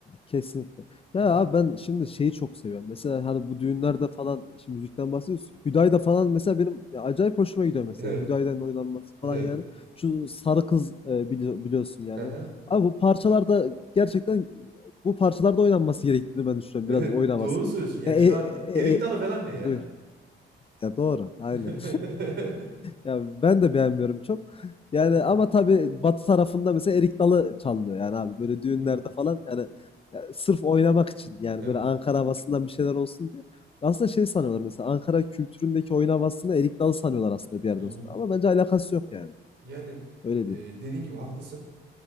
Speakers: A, on the left (about 30°); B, on the right (about 60°).
A: Kesinlikle. Ya
B: Hı hı.
A: abi ben şimdi şeyi çok seviyorum. Mesela hani bu düğünlerde falan şimdi müzikten bahsediyoruz. Hüdayda falan mesela benim ya acayip hoşuma gidiyor mesela.
B: Evet,
A: Hüdayda'nın oynanması falan
B: evet.
A: yani. Şu Sarı Kız e, bili- biliyorsun yani.
B: <laughs>
A: Abi bu parçalarda gerçekten bu parçalarda oynanması gerektiğini ben düşünüyorum.
B: Evet
A: Biraz oynamasının.
B: doğru söylüyorsun. Yani
A: Ya, e,
B: şu
A: e,
B: an erik
A: e,
B: dalı falan ne ya?
A: buyur. Ya doğru. Aynen.
B: <laughs>
A: Ya ben de beğenmiyorum çok. <laughs> Yani
B: Evet.
A: ama tabii batı tarafında mesela erik dalı çalınıyor yani abi böyle düğünlerde
B: Evet.
A: falan yani ya sırf oynamak için yani
B: Evet.
A: böyle Ankara havasından bir şeyler olsun diye. Aslında şey sanıyorlar mesela Ankara kültüründeki oyun havasını erik dalı sanıyorlar aslında bir yerden
B: Hı hı.
A: sonra ama bence alakası yok yani.
B: Yani
A: Öyle
B: e,
A: diyeyim.
B: dediğin gibi haklısın.